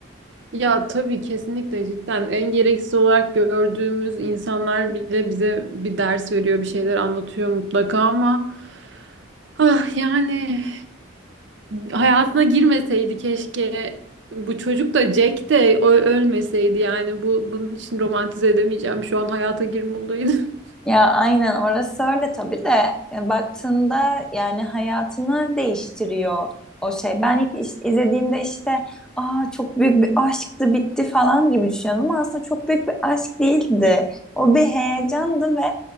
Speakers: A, on the right (about 65°); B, in the centre.
A: Ya tabii kesinlikle cidden en gereksiz olarak gördüğümüz insanlar bile bize bir ders veriyor, bir şeyler anlatıyor mutlaka ama ah yani hayatına girmeseydi keşke bu çocuk da Jack de ö- ölmeseydi yani bu bunun için romantize edemeyeceğim şu an hayata girme olayını.
B: Ya aynen orası öyle tabii de e, baktığında yani hayatını değiştiriyor o şey. Ben ilk iş- izlediğimde işte aa çok büyük bir aşktı bitti falan gibi düşünüyordum ama aslında çok büyük bir aşk değildi. O bir heyecandı ve